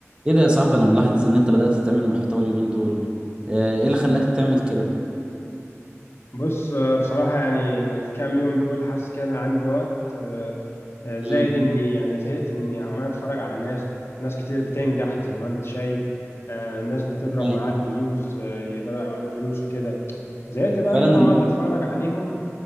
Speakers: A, on the right; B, on the left.
A: ايه ده يا صاحبي انا ملاحظ ان انت بدأت تعمل محتوى اليومين دول آه، ايه اللي خلاك تعمل كده
B: بص آه، بصراحة يعني الكام يوم دول حاسس كده عندي وقت آه، آه، زائد
A: امم
B: اني يعني زهقت اني عمال اتفرج على ناس ناس كتير بتنجح زي ما انت شايف آه، ناس بتضرب
A: أيوة.
B: معاها الفيوز آه، يقدروا يعملوا فلوس وكده زهقت بقى
A: فعلا
B: ان انا
A: الم...
B: اقعد اتفرج عليهم